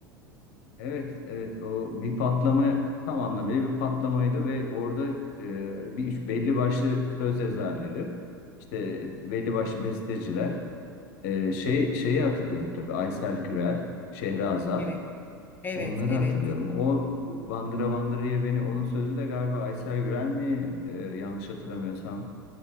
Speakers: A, on the left; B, on the left.
A: Evet, evet o bir patlama tam anlamıyla bir patlamaydı ve orada e, bir belli başlı söz yazarları, işte belli başlı besteciler Ee, şey şeyi hatırlıyorum tabii Aysel Gürel, Şehrazat
B: Evet, evet,
A: onları
B: evet.
A: hatırlıyorum. O Bandıra Bandıra'ya beni onun sözü de galiba Aysel Gürel mi Ee, yanlış hatırlamıyorsam.